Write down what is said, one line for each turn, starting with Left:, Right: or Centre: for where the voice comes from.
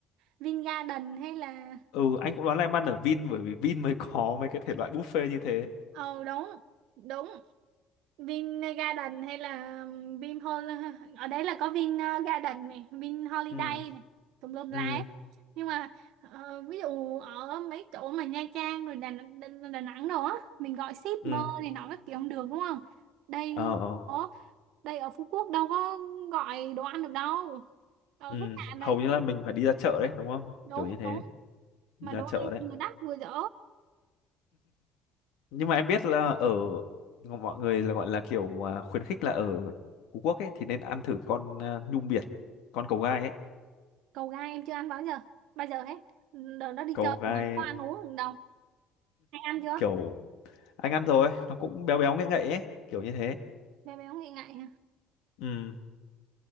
Right: Vin Garden hay là
Left: ừ anh cũng đoán là em ăn ở Vin bởi vì Vin mới có mấy cái thể loại buffet như thế
Right: ờ đúng đúng Vin Garden hay là Vin Hol ở đấy là có Vin ờ, Garden này, Vin Holiday
Left: ừ
Right: này, tùm lum
Left: ừ
Right: la hết. Nhưng mà ờ, ví dụ ở mấy chỗ mà Nha Trang rồi Đà, Đà, Đà Nẵng đồ á, mình gọi shipper
Left: ừ
Right: này nọ các kiểu không được đúng không? Đây
Left: ờ ờ
Right: ở đây ở Phú Quốc đâu có gọi đồ ăn được đâu. Ở
Left: ừ
Right: khách sạn
Left: hầu
Right: là
Left: như là mình phải đi ra chợ đấy đúng không
Right: đúng
Left: kiểu như thế
Right: đúng
Left: đi
Right: mà
Left: ra
Right: đồ
Left: chợ
Right: ăn
Left: đấy
Right: vừa đắt vừa dở.
Left: nhưng mà em biết là ở mọi người là gọi là kiểu à, khuyến khích là ở Phú Quốc ấy thì nên ăn thử con à, nhum biển con cầu gai ấy
Right: Cầu gai em chưa ăn bao giờ, bao giờ hết. Đợt đó đi
Left: cầu
Right: chơi
Left: gai
Right: mà có ăn uống được đâu. Hay ăn chưa?
Left: kiểu anh ăn rồi nó cũng béo béo ngậy ngậy ấy kiểu như thế
Right: Bé bé không nghĩ ngại
Left: ừ